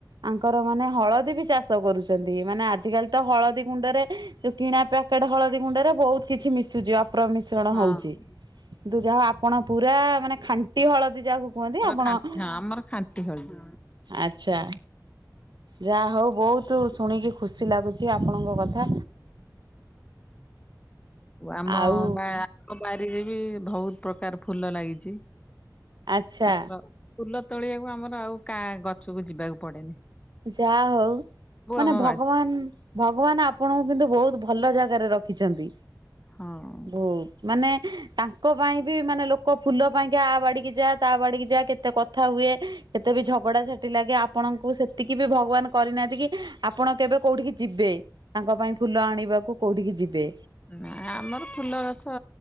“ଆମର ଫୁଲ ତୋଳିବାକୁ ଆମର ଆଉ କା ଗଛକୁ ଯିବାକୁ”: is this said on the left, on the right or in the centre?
Left